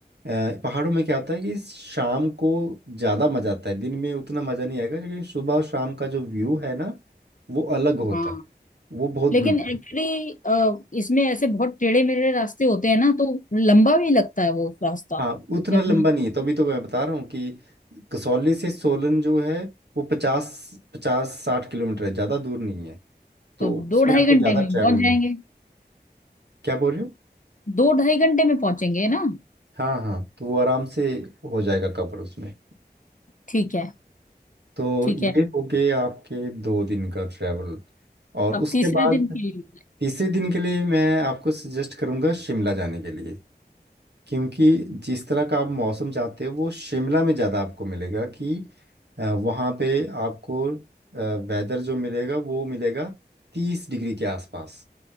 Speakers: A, on the right; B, on the left.
A: अ, पहाड़ों में क्या होता है कि शाम को ज़्यादा मज़ा आता है दिन में उतना मज़ा नहीं आएगा लेकिन सुबह और शाम का जो व्यू है ना वो अलग होता
B: हाँ
A: है वो बहुत
B: लेकिन
A: ब्यूटीफुल
B: एक्चुअली इसमें ऐसे बहुत टेढ़े मेढ़े रास्ते होते हैं ना तो लंबा भी लगता है वो रास्ता
A: हाँ उतना
B: जब
A: लंबा नहीं है तभी तो मैं बता रहा हूँ कि कसौली से सोलन जो है वो पचास पचास साठ किलोमीटर है ज़्यादा दूर नहीं है तो
B: तो दो
A: उसमें
B: ढाई
A: आपको
B: घंटे
A: ज़्यादा
B: में
A: ट्रैवल
B: पहुंच
A: नहीं
B: जाएंगे
A: है क्या बोल रहे हो
B: दो ढाई घंटे में पहुंचेंगे ना
A: हाँ हाँ तो वो आराम से हो जाएगा कवर उसमें
B: ठीक है
A: तो
B: ठीक
A: ये
B: है
A: हो गए आपके दो दिन का ट्रैवल और
B: अब
A: उसके
B: तीसरे
A: बाद
B: दिन के लिए
A: तीसरे दिन के लिए मैं आपको सजेस्ट करूंगा शिमला जाने के लिए क्योंकि जिस तरह का आप मौसम चाहते हो वो शिमला में ज़्यादा आपको मिलेगा कि अ, वहाँ पे आपको वेदर जो मिलेगा वो मिलेगा तीस डिग्री के आसपास